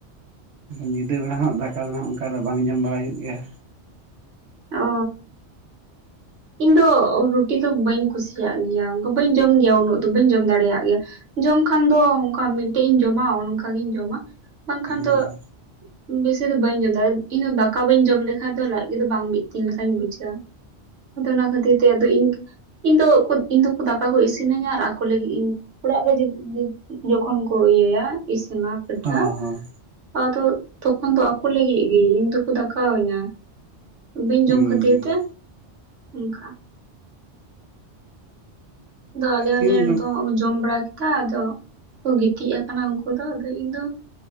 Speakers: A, on the right; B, on the right.
A: ᱧᱤᱫᱟᱹ ᱵᱮᱲᱟ ᱦᱚᱸᱜ ᱫᱟᱠᱟ ᱫᱚᱱᱟᱜ ᱚᱱᱠᱟ ᱫᱚ ᱵᱟᱝ ᱡᱚᱢ ᱵᱟᱲᱟᱟᱭ ᱦᱩᱭᱩᱜ ᱜᱮᱭᱟ᱾
B: ᱚ ᱤᱧ ᱫᱚ ᱨᱩᱴᱤ ᱫᱚ ᱵᱟᱹᱧ ᱠᱩᱥᱤᱭᱟᱜ ᱜᱮᱭᱟ, ᱚᱱᱠᱟ ᱵᱟᱹᱧ ᱡᱚᱢ ᱜᱮᱭᱟ ᱩᱱᱟᱹᱜ ᱫᱚ ᱵᱟᱹᱧ ᱡᱚᱢ ᱫᱟᱲᱮᱭᱟᱜ ᱜᱮᱭᱟ᱾ ᱡᱚᱢ ᱠᱷᱟᱱ ᱫᱚ ᱚᱱᱠᱟ ᱢᱤᱫᱴᱮᱡ ᱤᱧ ᱡᱚᱢᱟ ᱚᱱᱠᱟ ᱜᱤᱧ ᱡᱚᱢᱟ ᱵᱟᱝᱠᱷᱟᱱ
A: ᱦᱩᱭᱩᱜ
B: ᱫᱚ
A: ᱜᱮᱭᱟ
B: ᱵᱮᱥᱤ ᱫᱚ ᱵᱟᱹᱧ ᱡᱚᱢ ᱫᱟᱲᱮᱜ ᱤᱧ ᱫᱚ ᱫᱟᱠᱟ ᱵᱟᱹᱧ ᱡᱚᱢ ᱞᱮᱠᱷᱟᱱᱡ ᱫᱚ ᱞᱟᱡ ᱜᱮ ᱫᱚ ᱵᱟᱝ ᱵᱤ ᱛᱤᱱ ᱞᱮᱠᱟᱧ ᱵᱩᱡᱷᱟᱹᱣᱟ ᱟᱫᱚ ᱚᱱᱟ ᱠᱷᱟᱹᱛᱤᱨ ᱛᱮ ᱟᱫᱚ ᱤᱧ ᱤᱧ ᱫᱚ ᱤᱧ ᱫᱚ ᱠᱚ ᱫᱟᱠᱟ ᱠᱚ ᱤᱥᱤᱱᱟᱹᱧᱟ ᱟᱨ ᱟᱠᱚ ᱞᱟᱹᱜᱤᱫ ᱤᱧ ᱚᱲᱟᱜ ᱨᱮ ᱡᱚᱠᱷᱚᱱ ᱠᱚ ᱤᱭᱟᱹᱭᱟ ᱤᱥᱤᱱᱟ ᱠᱟᱴᱷᱟ
A: ᱦᱚᱸ ᱦᱚᱸ
B: ᱟᱫᱚ ᱛᱚᱠᱷᱚᱱ ᱫᱚ ᱟᱠᱚ ᱞᱟᱹᱜᱤᱫ ᱜᱮ ᱤᱧ ᱫᱚᱠᱚ ᱫᱟᱠᱟ ᱤᱧᱟ᱾ ᱵᱟᱹᱧ ᱡᱚᱢ
A: ᱦᱩᱸ
B: ᱠᱷᱟᱹᱛᱤᱨ ᱛᱮ ᱚᱱᱠᱟ ᱟᱫᱚ ᱟᱞᱮ ᱦᱚᱸᱞᱮ
A: ᱠᱤᱱᱛᱩ
B: ᱱᱤᱛᱚᱜ ᱡᱚᱢ ᱵᱟᱲᱟ ᱠᱮᱫᱟ ᱟᱫᱚ ᱠᱚ ᱜᱤᱛᱤᱡ ᱟᱠᱟᱱᱟ ᱩᱱᱠᱩ ᱟᱫᱚ ᱤᱧ ᱫᱚ